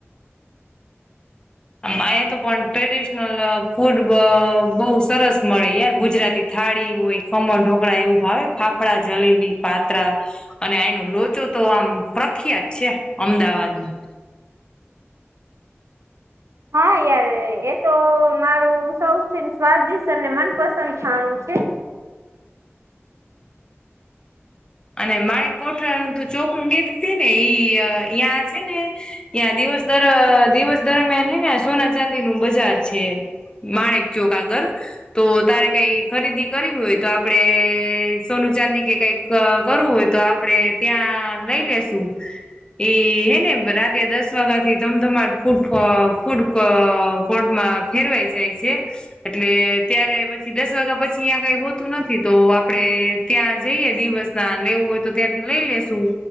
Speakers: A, on the left (about 20°); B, on the right (about 85°).
A: અહિયાં તો પણ ટ્રેડિશનલ ફૂડ બ બહુ સરસ મળે યાર. ગુજરાતી થાળી હોય ખમણ ઢોકળા એવું ભાવે? ફાફડા, જલેબી, પાત્રા અને આઈનો લોચો તો આમ પ્રખ્યાત છે અમદાવાદનો.
B: હા યાર એ તો મારું સૌથી સ્વાદિષ્ટ અને મનપસંદ ખાણું છે.
A: અને મારે કોઠરા ન તો ચોકનું કેતી તી ને ઈ અહીંયા છે ને. ઇયાં દિવસ દર દિવસ દરમિયાન હ ને સોના ચાંદીનું બજાર છે માણેક ચોક આગળ. તો તારે કઈ ખરીદી કરવી હોય તો આપડે સોનું ચાંદી કે કઈક ક કરવું હોય તો આપડે ત્યાં લઈ લેશું. એ હે ને રાતે દસ વાગ્યા થી ધમધ ફૂડ-ફૂડ અ કોર્ટમાં ફેરવાઈ જાય છે. એટલે ત્યારે પછી દસ વાગ્યા પછી અયાં કઈ હોતું નથી તો આપડે ત્યાં જઈએ દિવસ ના લેવું હોય તો ત્યાંથી લઈ લેેશું.